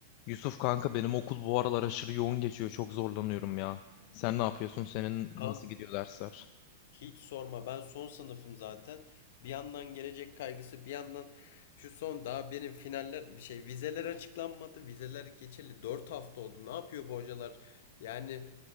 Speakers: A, on the left; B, on the left.
A: Yusuf kanka benim okul bu aralar aşırı yoğun geçiyor. Çok zorlanıyorum ya. Sen ne yapıyorsun? Senin nasıl
B: Kan
A: gidiyor dersler?
B: hiç sorma ben son sınıfım zaten. Bir yandan gelecek kaygısı bir yandan şu son daha benim finaller bir şey vizeler açıklanmadı. Vizeler geçeli 4 hafta oldu. Ne yapıyor bu hocalar? Yani